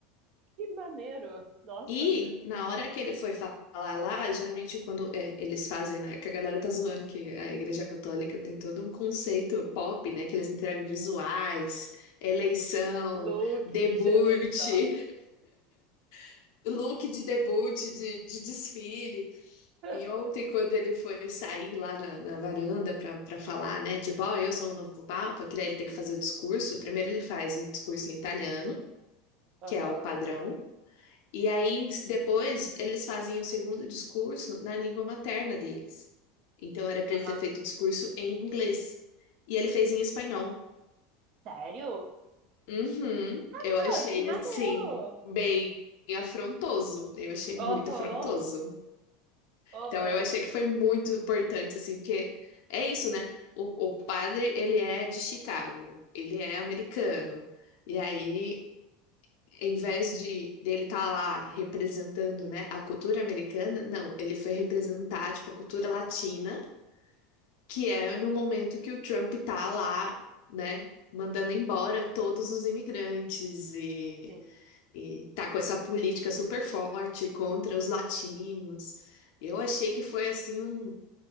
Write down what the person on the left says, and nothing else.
E na hora que ele foi fa- falar lá, geralmente quando é, eles fazem, né? Que a galera tá zoando que a Igreja Católica tem todo um conceito pop, né? Que eles entregam visuais, eleição,
debut,
<laughs> look de debut, de, de desfile.
E ontem, quando ele foi sair lá na, na varanda pra, pra falar, né? Tipo, ó, eu sou o novo Papa, que daí ele tem que fazer o discurso. Primeiro ele faz o discurso em italiano,
que é o padrão. E aí, depois, eles fazem o segundo discurso na língua materna deles. Então, era para
ele ter feito o discurso em inglês. E ele fez em espanhol.
Uhum, eu
achei,
assim, bem afrontoso. Eu achei muito
afrontoso.
Então, eu achei que foi muito importante, assim, porque é isso, né? O, o padre, ele é de Chicago. Ele é americano. E aí. em vez de dele estar lá representando, né, a cultura americana, não, ele foi representar, tipo, a cultura latina, que é no momento que o Trump tá lá, né, mandando embora todos os imigrantes e,
e tá com essa política super forte contra os latinos. Eu achei que foi, assim, um,